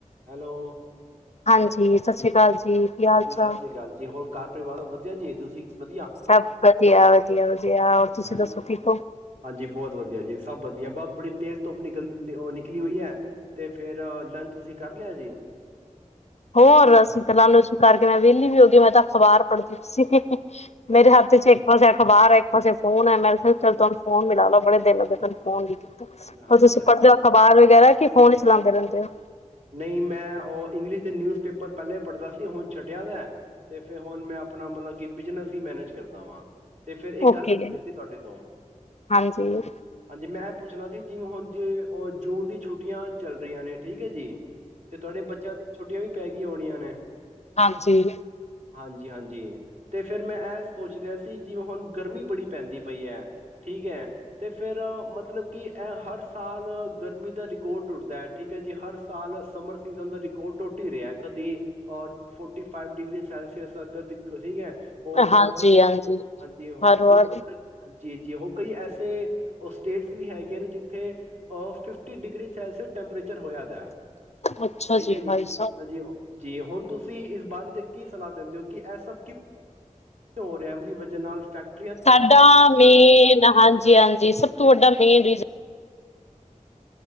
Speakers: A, on the right; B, on the left.
A: Hello
B: ਹਾਂਜੀ ਸਤਿ ਸ੍ਰੀ ਅਕਾਲ ਜੀ ਕੀ ਹਾਲ
A: ਹਾਂਜੀ
B: ਚਾਲ
A: ਸਤਿ ਸ੍ਰੀ ਅਕਾਲ ਜੀ ਹੋਰ ਕ ਪਰਿਵਾਰ ਵਧਿਆ ਜੇ ਤੁਸੀਂ ਵਧੀਆ।
B: ਸਭ ਵਧੀਆ ਵਧੀਆ ਵਧੀਆ ਔਰ ਤੁਸੀਂ
A: ਹਾਂਜੀ
B: ਦੱਸੋ ਠੀਕ ਹੋ
A: ਹਾਂਜੀ ਬਹੁਤ ਵਧੀਆ ਜੀ ਸਭ ਵਧੀਆ ਬ ਬੜੀ ਤੇਜ਼ ਧੁੱਪ ਨਿਕਲ ਨਿਕਲੀ ਹੋਈ ਹੈ ਤੇ ਫੇਿਰ ਲੰਚ ਤੁਸੀਂ ਕਰ ਲਿਆ ਜੀ
B: ਹੋਰ ਅਸੀਂ ਤਾਂ ਲਾਲੂ ਸਵੀਕਾਰਕੇ ਮੈਂ ਵਿਹਲੀ ਵੀ ਹੋ ਗ ਮੈਂ ਤਾਂ ਅਖ਼ਬਾਰ ਪੜ੍ਹਦੀ ਹ ਮੇਰੇ ਹੱਥ ਚ ਇੱਕ ਵਜ ਅਖ਼ਬਾਰ ਹੈ ਪਾਸ ਫੋਨ ਮੈਂਰੇ ਕਿਹਾ ਚਲ ਤੁਹਾਨੂੰ ਫੋਨ ਲ ਲੋ ਬੜੇ ਦਿਨੱਗੇ ਤੁੂੰ ਫੋਨ ਹੋਰ
A: ਹਾਂਜੀ।
B: ਤੁਸੀਂ ਪੜ੍ਹਦੇ ਹੋ ਅਖਬਾਰ ਵਗੈਰਾ ਕਿ ਫੋਨ ਚਲਾਉਂਦੇ ਰਹਿੰਦੇ ਆ
A: ਨਹੀਂ ਮੈਂ ਉਹ ਇੰਗਲਿਸ਼ ਦੇ ਨਿਊਜ਼ ਪੇਪਰ ਪਹਿਲਲੇ ਪੜ੍ਹਦਾ ਸੀ ਹੁਣ ਛੱਡਿਆ ਤੇ ਫਿਰ ਹੁਣ ਮੈਂ ਆਪਣਾ ਮਤਲਬ ਕਿ ਬਿਜਨਸ ਹੀ ਮੈਨੇਜ ਕਰਦਾ ਵਾਂ ਤੇ ਫਿਰ
B: ਹੋ
A: ਇਹ
B: ਓਕੇ
A: ਗੱਲ ਪੁੱਜਣੀ ਸੀ ਤੁਹਾਡੇ ਤੋਂ
B: ਹਾਂਜੀ ਹਾਂਜੀ
A: ਹਾਂਜੀ ਮੈਂ ਪੁੱਛਣਾ ਸੀ ਜਿਵੇਂ ਹੁਣ ਜੇ ਜੂਨ ਦੀ ਛੁੱਟੀਆਂ ਚੱਲ ਰਹੀਆਂ ਨੇ ਠੀਕ ਹੈ ਜੀ ਤੇ ਤੁਹਾਡੇ ਬੱਚਿਆਂ ਦੀ ਛੁੱਟੀਆਂ ਵੀ ਪੈ ਗਈਆਂ ਹੋਣੀਆਂ ਨੇ
B: ਹਾਂਜੀ
A: ਹਾਂਜੀ ਹਾਂਜੀ ਅਤੇ ਫਿਰ ਮੈਂ ਇਹ ਸੋਚ ਰਿਹਾ ਸੀ ਜਿਵੇਂ ਹੁਣ ਗਰਮੀ ਬੜੀ ਪੈਂਦੀ ਪਈ ਹੈ ਠੀਕ ਹੈ ਅਤੇ ਫਿਰ ਮਤਲਬ ਕਿ ਇਹ ਹਰ ਸਾਲ ਗਰਮੀ ਦਾ ਰਿਿਕੋਡ ਟੁੱਟਦਾ ਹੈ ਠੀਕ ਹੈ ਜੀ ਹਰ ਸਾਲ ਸਮਰ ਸੀਜਨ ਦਾ ਗੋ ਟੋ ਹੀ ਰਿਹਾ ਕਦੀ ਫੋਰਟੀ ਫਾਈਵ ਡਿਗਰੀਜ਼ ਸੈਲਸੀਅਸ ਤ ਠੀਕ ਹੈ ਹੋਰ
B: ਹਾਂਜੀ
A: ਕਦੇ
B: ਹਾਂਜੀ
A: ਹਾਂਜੀ ਉਹ
B: ਹਰ ਵਾਰ
A: ਹੋਰ ਹਾਂਜੀ ਹਾਂਜੀ ਉਹ ਕਈ ਐਸੇ ਉਹ ਸਟੇਟਸ ਵੀ ਹੈਗੇੀਆਂ ਨੇ ਜਿੱਥੇ ਅ ਫਿਫਟੀ ਡਿਗਰੀ ਸੈਲਸੀਅਸ ਟੈਂਪਰੇਚਰ ਹੋਇਆ ਦਾ
B: ਅੱਛਾ
A: ਠੀਕ ਹੈ ਜੀ
B: ਭਾਈ ਸਾਹਿਬ
A: ਹਜੀਿ ਉਹ ਜੀ ਹੁਣ ਤੁਸੀਂ ਇਸ ਬਾਰੇ ਚ ਕੀ ਸੁਣਾ ਦਿੰਦੇ ਹੋ ਕਿ ਇਹ ਸਭ ਕਿ ਂ ਰਿਹਾਮਦੀ ਵਜ੍ਹ ਨਾਲ ਫੈਕਟ
B: ਸਾਡਾ ਮੇਨ ਹਾਂਜੀ ਹਾਂਜੀ ਸਭ ਤੋਂ ਵੱਡਾ ਮੇਨ ਰੀਜ਼ <inaudible>